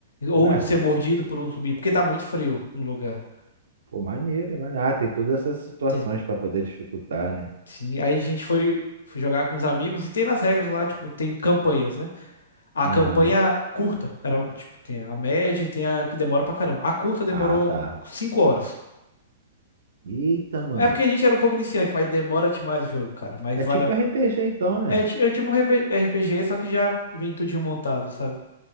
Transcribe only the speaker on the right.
Ué,
pô, maneiro, mas ah, tem todas essas situações
pra poder dificultar, né?
Aham.
Ah, tá.
Eita, mano.
É
tipo
RPG então, né?